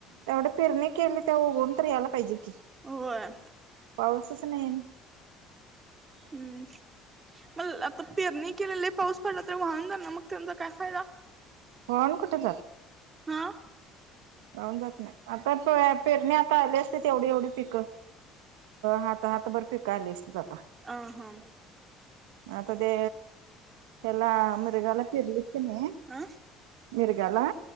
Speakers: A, on the right (about 80°); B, on the right (about 30°).
A: तेवढे फिरणे केली ते उघून तर यायला पाहिजे की.
B: होय
A: पाऊसच नाही ये
B: हम्म मग आता पेरणी केले लई पाऊस पडला तरी वाहून जालना मग त्यांनचा काय फायदा
A: वाहून कुठे
B: हा
A: व्हाऊन जात नाही आता पेरणी आता आले असते ते एवढी एवढी पिक अ हात हात भर पिक असतित आता
B: अ हा
A: आता ते हेला मृगाला फिरलीत किने
B: अ
A: मिरगाला